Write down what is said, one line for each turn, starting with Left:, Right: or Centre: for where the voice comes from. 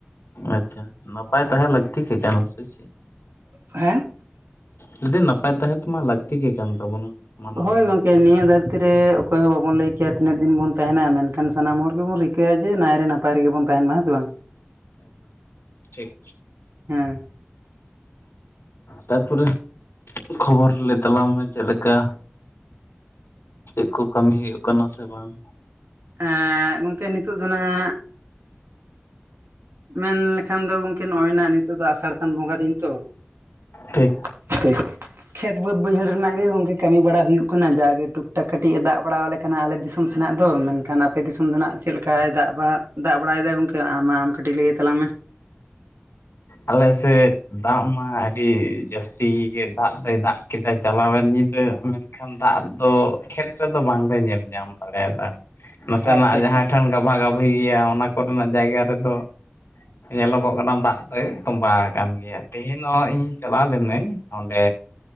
Left: ᱟᱪᱪᱷᱟ, ᱱᱟᱯᱟᱭ ᱛᱟᱦᱮᱸ ᱞᱟᱹᱠᱛᱤ ᱠᱮ ᱠᱟᱱ ᱥᱮ ᱪᱮᱼᱼ
Right: ᱦᱮᱸ?
Left: ᱡᱩᱫᱤ ᱱᱟᱯᱟᱭ ᱛᱟᱦᱮᱸ ᱛᱮᱢᱟ ᱞᱟᱹᱠᱛᱤ ᱜᱮ ᱠᱟᱱ ᱛᱟᱵᱚᱱᱟ᱾ ᱢᱟᱱᱣᱟ
Right: ᱦᱳᱭ
Left: ᱡᱤᱭᱚᱱ
Right: ᱜᱚᱝᱠᱮ ᱱᱤᱭᱟᱹ ᱫᱷᱟᱹᱨᱛᱤ ᱨᱮ ᱚᱠᱚᱭ ᱦᱚᱸ ᱵᱟᱵᱚᱱ ᱞᱟᱹᱭ ᱠᱮᱭᱟ ᱛᱤᱱᱟᱹᱜ ᱫᱤᱱ ᱵᱚᱱ ᱛᱟᱦᱮᱱᱟ ᱢᱮᱱᱼᱼ ᱮᱱᱠᱷᱟᱱ ᱥᱟᱱᱟᱢ ᱦᱚᱲ ᱜᱮᱵᱚᱱ ᱨᱤᱠᱟᱹᱭᱟ ᱡᱮ ᱱᱟᱭᱨᱮ ᱱᱟᱯᱟᱭ ᱨᱮᱜᱮᱵᱚᱱ ᱛᱟᱦᱮᱱ ᱢᱟ ᱦᱮᱸ ᱥᱮ ᱵᱟᱝ?
Left: ᱴᱷᱤᱠ᱾
Right: ᱦᱮᱸ᱾
Left: ᱛᱟᱯᱚᱨᱮ ᱠᱷᱚᱵᱚᱨ ᱞᱟᱹᱭ ᱛᱟᱞᱟᱝ ᱢᱮ ᱪᱮᱫᱞᱮᱠᱟ? ᱪᱮᱫ ᱠᱚ ᱠᱟᱹᱢᱤ ᱦᱩᱭᱩᱜ ᱠᱟᱱᱟ ᱥᱮ ᱵᱟᱝ?
Right: ᱮᱸᱜ ᱜᱚᱝᱠᱮ ᱱᱤᱛᱚᱜ ᱫᱚ ᱱᱟᱦᱟᱜ, ᱢᱮᱱᱞᱠᱷᱟᱱ ᱫᱚ ᱜᱚᱝᱠᱮ ᱱᱚᱜᱼᱚᱭᱱᱟ ᱱᱤᱛᱚᱜ ᱫᱚ ᱟᱥᱟᱲ ᱥᱟᱱ ᱵᱚᱸᱜᱟ ᱫᱤᱱ ᱛᱚ
Left: ᱴᱷᱤᱠ᱾
Right: <inaudible> ᱠᱷᱮᱛ ᱵᱟᱹᱫᱽ ᱵᱟᱹᱭᱦᱟᱹᱲ ᱨᱮᱱᱟᱜ ᱜᱮ ᱜᱚᱝᱠᱮ ᱠᱟᱹᱢᱤ ᱵᱟᱲᱟ ᱦᱩᱭᱩᱜ ᱠᱟᱱᱟ ᱡᱟᱜᱮ ᱴᱩᱠᱴᱟᱠ ᱠᱟᱹᱴᱤᱡ ᱮ ᱫᱟᱜ ᱵᱟᱲᱟᱣ ᱞᱮ ᱾ ᱠᱟᱱᱟ ᱟᱞᱮ ᱫᱤᱥᱚᱢ ᱥᱮᱱᱟᱜ ᱫᱚ ᱢᱮᱱᱠᱷᱟᱱ ᱟᱯᱮ ᱫᱤᱥᱚᱢ ᱫᱚ ᱱᱟᱜ ᱪᱮᱫ ᱞᱮᱠᱟᱭ ᱫᱟᱜ ᱫᱟᱜ ᱵᱟᱲᱟᱭᱮᱫᱟᱭ ᱜᱚᱝᱠᱮ ᱟᱢ ᱠᱟᱹᱼᱼ ᱠᱟᱹᱴᱤᱡ ᱞᱟᱹᱭ ᱛᱟᱝ ᱢᱮ᱾
Left: ᱟᱞᱮ ᱥᱮᱫ ᱫᱟᱜ ᱢᱟ ᱟᱹᱰᱤ ᱡᱟᱹᱥᱛᱤ ᱜᱮ ᱫᱟᱜ ᱫᱚᱭ ᱫᱟᱜ ᱠᱮᱫᱟ ᱪᱟᱞᱟᱣᱮᱱ ᱧᱤᱫᱟᱹ ᱢᱮᱱᱼᱼ ᱠᱷᱟᱱ ᱫᱟᱜ ᱫᱚ ᱠᱷᱮᱛ ᱨᱮᱫᱚ ᱵᱟᱝᱞᱮ ᱧᱮᱞ ᱧᱟᱢ ᱫᱟᱲᱮᱭᱟᱫᱟ ᱱᱟᱥᱮᱱᱟᱜ
Right: ᱟᱪᱪᱷᱟ ᱟᱪᱪᱷᱟ
Left: ᱡᱟᱦᱟᱸ ᱴᱷᱮᱱ ᱜᱟᱵᱷᱟ ᱜᱟᱹᱵᱷᱤ ᱜᱮᱭᱟ ᱚᱱᱟ ᱠᱚᱨᱮᱱᱟᱜ ᱡᱟᱭᱜᱟ ᱨᱮᱫᱚ ᱧᱮᱞᱚᱜᱚᱜ ᱠᱟᱱᱟ ᱫᱟᱜ᱾ ᱴᱚᱸᱵᱷᱟ ᱟᱠᱟᱱ ᱜᱮᱭᱟ ᱛᱮᱦᱮᱱ ᱦᱚᱸ ᱤᱧ ᱪᱟᱞᱟᱣ ᱞᱤᱱᱟᱹᱧ ᱚᱸᱰᱮ